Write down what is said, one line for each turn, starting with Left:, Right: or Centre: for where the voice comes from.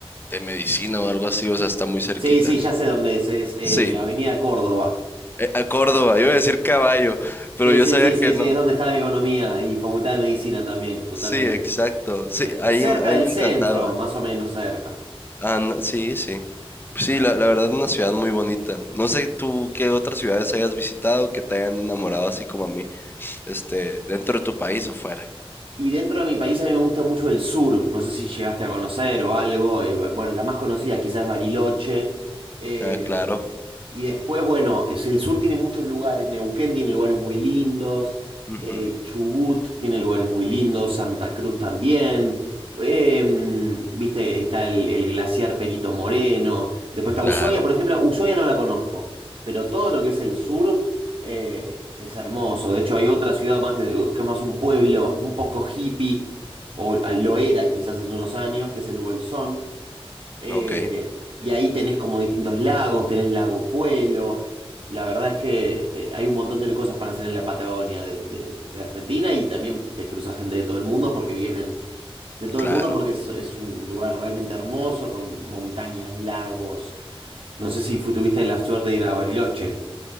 Left: de medicina o algo así, o sea, está muy cerquita.
Right: Sí, sí, ya sé dónde es, es eh,
Left: Sí,
Right: Avenida Córdoba.
Left: eh, a Córdoba, iba a decir caballo, pero
Right: Sí,
Left: yo
Right: sí,
Left: sabía
Right: sí,
Left: que
Right: sí, sí,
Left: no.
Right: es donde está Economía y Facultad de Medicina también, totalmente.
Left: Sí, exacto. Sí,
Right: Es
Left: ahí,
Right: cerca
Left: a mí
Right: del
Left: me
Right: centro,
Left: encantaba.
Right: más o menos cerca.
Left: Ana- sí, sí. Sí, la, la verdad es una ciudad muy bonita. No sé tú qué otras ciudades hayas visitado que te hayan enamorado así como a mí, este, dentro de tu país o fuera.
Right: Y dentro de mi país a mí me gusta mucho el sur. No sé si llegaste a conocer o algo. eh, ba- bueno, la más conocida quizás es Bariloche. eh,
Left: Ah, claro.
Right: y después, bueno, es- el sur tiene muchos lugares. Neuquén tiene lugares muy lindos.
Left: Ujú,
Right: eh, Chubut tiene lugares muy lindos. Santa Cruz también. eh, viste, está el, el glaciar Perito Moreno. Después está
Left: claro.
Right: Ushuaia, por ejemplo. Ushuaia no la conozco. Pero todo lo que es el sur. Eh, es hermoso. De hecho, hay otra ciudad más que, que es más un pueblo, un poco hippie, o lo era quizás hace unos años, que es el Bolsón. Eh,
Left: Ok,
Right: y ahí tenés como distintos lagos, tenés Lago Puelo. La verdad es que eh, hay un montón de cosas para hacer en la Patagonia de, de- de Argentina y también te cruzas gente de todo el mundo porque vienen de todo
Left: claro.
Right: el mundo porque es, es un lugar realmente hermoso con montañas, lagos. No sé si fu- tuviste la suerte de ir a Bariloche.